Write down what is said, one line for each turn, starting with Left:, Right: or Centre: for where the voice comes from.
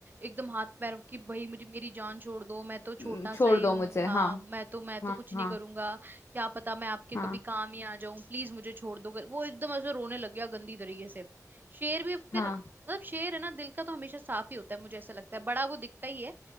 Right: एकदम हाथ पैर की भाई मुझे मेरी जान छोड़ दो मैं तो छोटा
Left: हम्म, छोड़
Right: सा ही
Left: दो
Right: हूँ
Left: मुझे
Right: हाँ
Left: हाँ
Right: मैं तो मैं तो
Left: हाँ
Right: कुछ
Left: हाँ
Right: नहीं करूंगा क्या पता मैं आपके
Left: हाँ
Right: कभी काम ही आ जाऊं प्लीज मुझे छोड़ दो कर वो एकदम ऐसे रोने लग गया गंदी तरीके से शेर भी फिर
Left: हाँ
Right: मतलब शेर है ना दिल का तो हमेशा साफ ही होता है मुझे ऐसा लगता है बड़ा वो दिखता ही है